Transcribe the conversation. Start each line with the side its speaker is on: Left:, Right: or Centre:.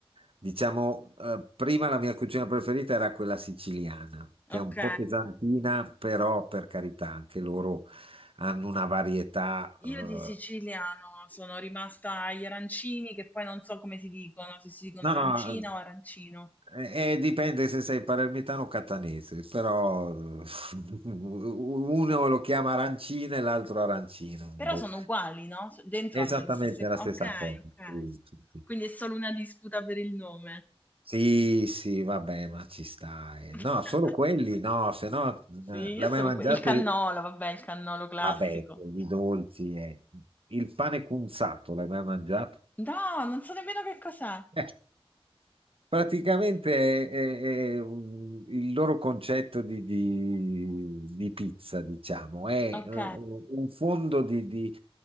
Right: diciamo, eh, prima la mia cucina preferita era quella siciliana, che
Left: Ok.
Right: è un po' pesantina, però per carità, anche loro hanno una varietà.
Left: Io
Right: eh,
Left: di siciliano sono rimasta agli arancini, che poi non so come si dicono, se si dicono
Right: no,
Left: arancina
Right: no.
Left: o arancino,
Right: Eh, dipende se sei palermitano o catanese, però <laughs> uno lo chiama arancina e l'altro arancino.
Left: però
Right: Boh.
Left: sono uguali, no? So- Dentro
Right: Esattamente
Left: hanno le stesse cose.
Right: la stessa
Left: Ok,
Right: cosa.
Left: ok.
Right: Sì, sì, sì,
Left: Quindi è solo una disputa per il nome.
Right: Sì, sì, vabbè, ma ci stai.
Left: <laughs>
Right: No, solo quelli, no, se no eh,
Left: Sì, io
Right: l'hai
Left: sono
Right: mai mangiato?
Left: que- il cannolo,
Right: i-
Left: vabbè, il cannolo classico.
Right: Vabbè, i dolci. eh. Il pane cunzato, l'hai mai mangiato?
Left: No, non so nemmeno che cos'è.
Right: Eh, Praticamente è, è- è un- il loro concetto di, di- di pizza, diciamo, è
Left: Ok,
Right: eh, un fondo di, di